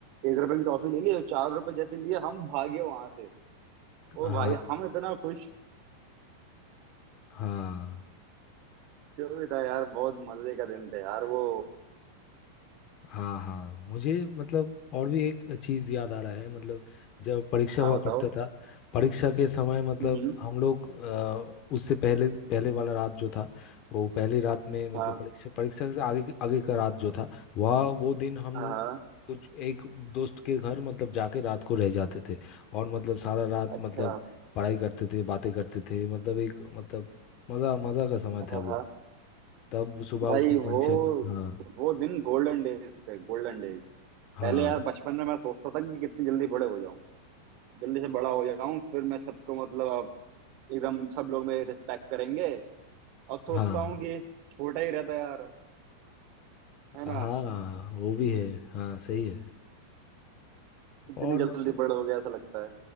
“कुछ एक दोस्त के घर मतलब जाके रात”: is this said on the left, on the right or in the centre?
Left